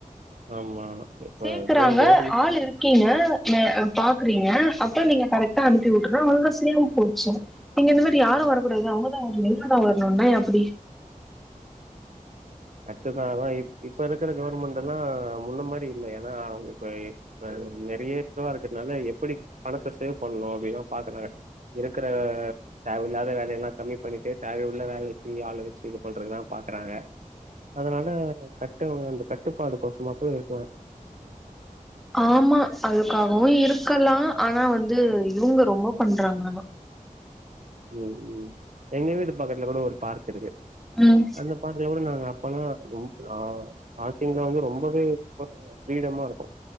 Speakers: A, on the right; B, in the centre.
A: ஆமா இப்ப
B: சேக்குறாங்க
A: எப்டியோ கவர்மெண்ட்
B: ஆள் இரு கீங்க த பாக்குறீங்க அப்பற் நீங்க கரெக்டா அனுப்பி வுட்டுறா அவ்ள்தா செரியாம் போச்சு நீங்க இந்த மாரி யாரு வரக்கூடாது அவுங்கதா வர்ணு இவுங்கதா வர்ணுனா எப்படி
A: எக்சஸ்சாதா இ இப்ப இருக்குற கவுர்மெண்டெல்லா முன்ன மாரி இல்ல ஏனா அவுங்க இப்ப இப்ப நெறைய இதுவா இருக்குற்னால எப்படி பணத்த சேவ் பண்ணோ அப்டில்லா பாக்குறாங்க இருக்குற தேவயில்லாத வேலயெல்லா கம்மி பண்ணிட்டு தேவயுள்ள வேலைக்கி ஆள வெச்சு இது பண்றதுதா பாக்கறாங்க அதனால கட்ட அந்த கட்டுப்பாடு கொசமாப்ப இருக்கலா
B: ஆமா அதுக்காகவு இருக்கலா ஆனா வந்து இவுங்க ரொம்ப பண்றாங்கங்கோ
A: ம் ம் எங்க வீட்டு பக்கத்துல கூட ஒரு பார்க் இருக்கு
B: ம்
A: அந்த பார்க்ல கூட நாங்க அப்பல்லா ரொம் அ ஸ்டாட்டிங்லா வந்து ரொம்பவே ரொம்ப ஃப்ரீடமா இருக்கு